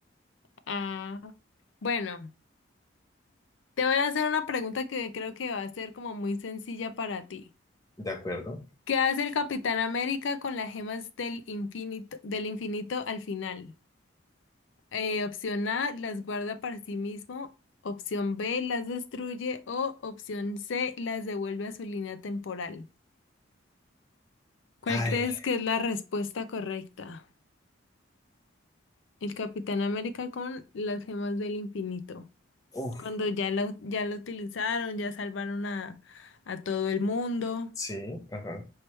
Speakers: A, on the left; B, on the left.
A: Ah, bueno, te voy a hacer una pregunta que creo que va a ser como muy sencilla para ti.
B: De acuerdo.
A: ¿Qué hace el Capitán América con las gemas del infinito, del infinito al final? Eh, opción A, las guarda para sí mismo. Opción B, las destruye. O opción C, las devuelve a su línea temporal. ¿Cuál
B: Ay,
A: crees que es la respuesta correcta? El Capitán América con las gemas del infinito.
B: uff,
A: Cuando ya lo, ya lo utilizaron, ya salvaron a, a todo el mundo.
B: sí, ajá.